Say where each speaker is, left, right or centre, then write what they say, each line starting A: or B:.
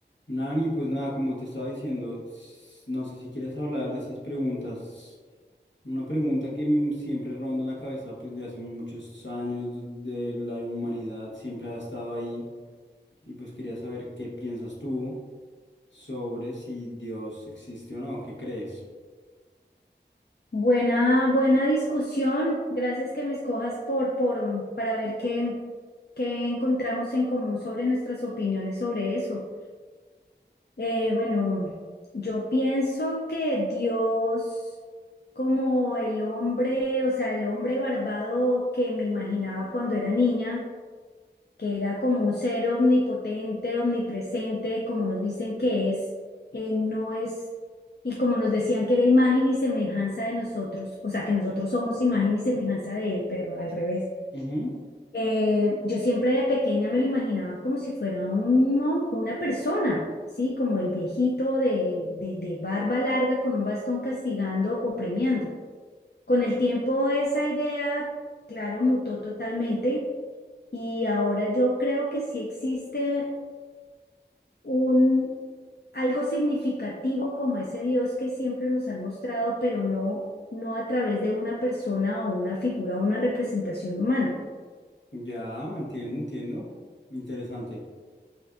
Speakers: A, on the left (about 80°); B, on the left (about 60°).
A: Nani, pues nada, como te estaba diciendo, s- no sé si quieres hablar de esas preguntas. Una pregunta que mm, siempre ronda en la cabeza, pues de hace muchos años de la humanidad, siempre ha estado ahí. Y pues quería saber qué piensas tú sobre si Dios existe o no, ¿qué crees?
B: Buena, buena discusión. Gracias que me escojas por, por, para ver qué, qué encontramos en común sobre nuestras opiniones sobre eso. Eh, bueno, yo pienso que Dios, como el hombre, o sea, el hombre barbado que me imaginaba cuando era niña, que era como un ser omnipotente, omnipresente, como nos dicen que es, eh, no es, y como nos decían que era imagen y semejanza de nosotros, o sea, que nosotros somos imagen y semejanza de él, perdón, al revés.
A: Ujú,
B: Eh, yo siempre de pequeña me lo imaginaba como si fuera un mon- una persona, ¿sí? Como el viejito de, de, de barba larga con un bastón castigando o premiando. Con el tiempo esa idea, claro, mutó totalmente y ahora yo creo que sí existe un algo significativo como ese Dios que siempre nos han mostrado, pero no no a través de una persona o una figura o una representación humana.
A: Ya, entiendo, entiendo. Interesante.